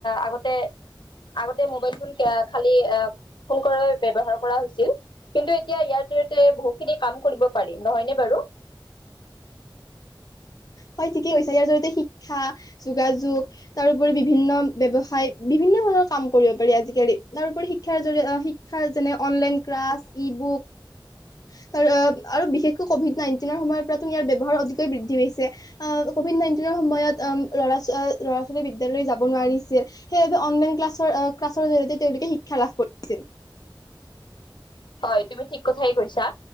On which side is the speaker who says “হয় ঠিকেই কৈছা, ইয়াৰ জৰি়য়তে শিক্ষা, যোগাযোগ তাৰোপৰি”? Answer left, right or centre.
Left